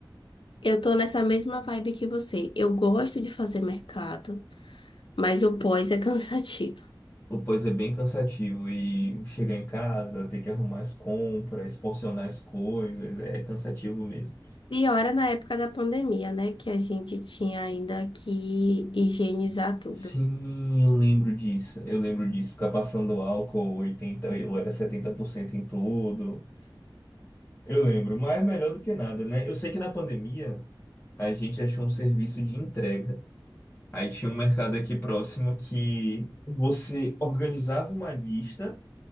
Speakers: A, on the left; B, on the left.
A: eu tô nessa mesma vibe que você. Eu gosto de fazer mercado, mas o pós é <laughs> cansativo.
B: O pós é bem cansativo e chegar em casa, ter que arrumar as compras, porcionar as coisas, é cansativo mesmo.
A: E ora na época da pandemia, né? Que a gente tinha ainda que higienizar tudo.
B: Sim, eu lembro disso. Eu lembro disso. Ficar passando álcool 80 ou era 70% em tudo. Eu lembro, mas melhor do que nada, né? Eu sei que na pandemia a gente achou um serviço de entrega. Aí tinha um mercado aqui próximo que você organizava uma lista,